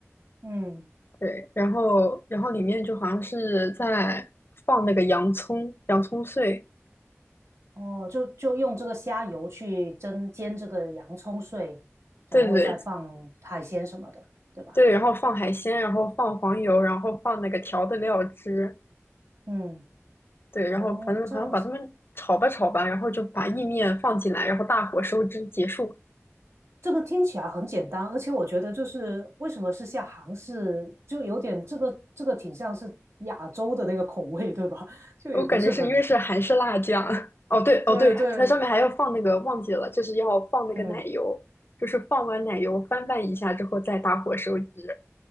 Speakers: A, on the right (about 65°); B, on the left (about 50°).
A: 嗯，
B: 对，然后然后里面就好像是在放那个洋葱、洋葱碎，
A: 哦，就就用这个虾油去蒸煎这个洋葱碎，然后再放海鲜什么的，
B: 对对对
A: 对吧？
B: 对，然后放海鲜，然后放黄油，然后放那个调的料汁，
A: 嗯，
B: 对，
A: 哦，
B: 然后反正反正把它们炒吧炒吧，
A: 这样子，
B: 然后就把意面放进来，然后大火收汁结束。
A: 这个听起来很简单，而且我觉得就是为什么是下杭式，就有点这个这个挺像是亚洲的那个口味，对吧？<laughs> 就也不是很，
B: 我感觉是因为是韩式辣酱，<laughs> 哦对哦对，
A: 对对，
B: 它上面还要放那个忘记了，就是要放那个奶油，
A: 嗯
B: 就是放完奶油翻拌一下之后再大火收汁。